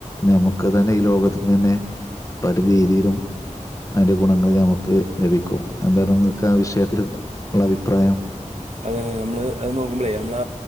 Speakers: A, on the left; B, on the right.
A: നമുക്ക് തന്നെ ഈ ലോകത്ത്ന്ന് തന്നെ പല രീതിയിലും അയ്ൻ്റെ ഗുണങ്ങള് നമുക്ക് ലഭിക്കും ങ്ങക്ക്‌ ആ വിഷയത്തില് ള്ള അഭിപ്രായം
B: അതെ തെ നമ്മള് അത് നോക്കുമ്പൊളേ നമ്മള്